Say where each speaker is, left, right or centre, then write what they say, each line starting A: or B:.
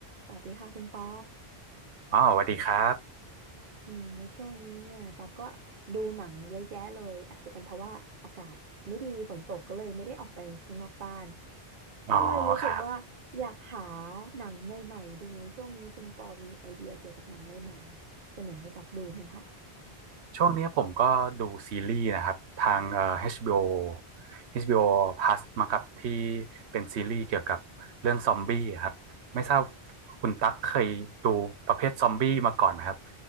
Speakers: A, on the right (about 50°); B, on the right (about 80°).
A: สวัสดีค่ะคุณปอ
B: อ๋อสวัสดีครับ
A: อืมในช่วงนี้เนี่ยตอกก็ดูหนังเยอะแยะเลยอาจจะเป็นเพราะว่าอากาศไม่ดีฝนตกก็เลยไม่ได้ออกไปข้างนอกบ้าน
B: อ๋อครับ
A: ก็เลยรู้สึกว่าอยากหาหนังใหม่ๆดูช่วงนี้คุณปอมีไอเดียเกี่ยวกับหนังใหม่ๆเสนอให้ตักดูไหมคะ
B: ช่วงเนี้ยผมก็ดูซีรีส์นะครับทางเอ่อ HBO ีโอเอชบีโอ Plus มาครับที่เป็นซีรีส์เกี่ยวกับเรื่องซอมบี้ครับไม่ทราบคุณตั๊กเคยดูประเภทซอมบี้มาก่อนไหมครับ